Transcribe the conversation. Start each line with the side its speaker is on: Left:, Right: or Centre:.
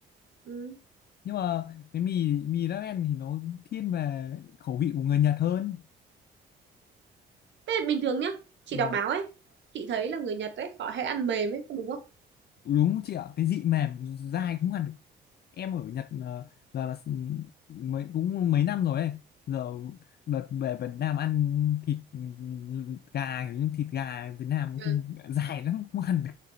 Right: Ừ.
Left: nhưng mà cái mì mì ramen thì nó thiên về khẩu vị của người Nhật hơn
Right: Thế bình thường nhá, chị
Left: và
Right: đọc báo ấy, chị thấy là người Nhật ấy, họ hay ăn mềm ấy, có đúng không?
Left: đúng không chị ạ cái vị mềm dai cũng ăn em ở Nhật ờ, giờ là s- mới cũng mấy năm rồi ấy giờ đợt về Việt Nam ăn thịt ừ, gà kiểu như thịt gà Việt Nam
Right: Ừ.
Left: cũng dài lắm <laughs> không ăn được